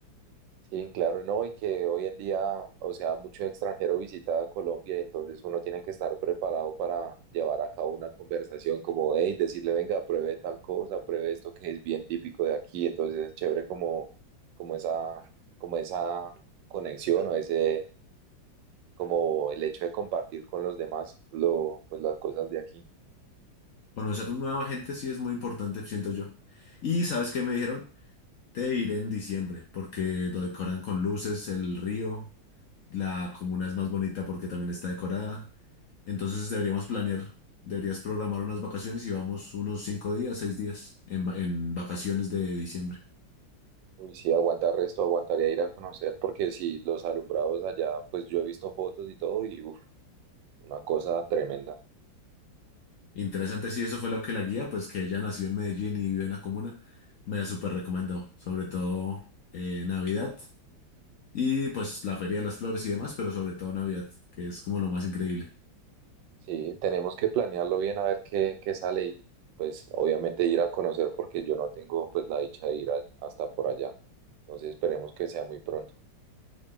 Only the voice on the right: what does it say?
Sí, claro, no, y que hoy en día, o sea, mucho extranjero visita a Colombia, y entonces uno tiene que estar preparado para llevar a cabo una conversación como, hey, decirle, venga, pruebe tal cosa, pruebe esto que es bien típico de aquí, entonces es chévere como, como esa, como esa conexión o ese, como el hecho de compartir con los demás lo, pues las cosas de aquí.
Uy, sí, aguantar resto, aguantaría ir a conocer, porque sí, los alumbrados allá, pues yo he visto fotos y todo, y uf, una cosa tremenda.
Sí, tenemos que planearlo bien a ver qué, qué sale y pues obviamente ir a conocer porque yo no tengo pues la dicha de ir a- hasta por allá. Entonces esperemos que sea muy pronto.